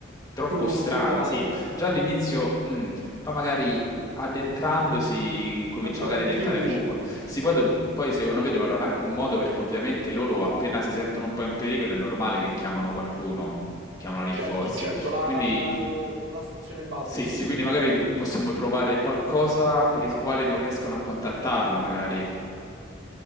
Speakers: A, on the left; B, on the right.
A: troppo
B: più,
A: strana,
B: più elevata.
A: sì. Già all'inizio,
B: Mhm.
A: mm, poi magari addentrandosi cominciano
B: Ancora
A: magari
B: di
A: a diventare
B: più, dici.
A: cupo. Sì, poi, do- poi secondo me dovranno anche un modo perché ovviamente loro appena si sentono un po' in pericolo è normale che chiamano qualcuno, chiamano rinforzi.
B: Certo, certo, la,
A: Quindi
B: la- la- la- la stazione base,
A: sì,
B: insomma.
A: sì, quindi magari do- possiamo trovare qualcosa per il quale non riescano a contattarla, magari.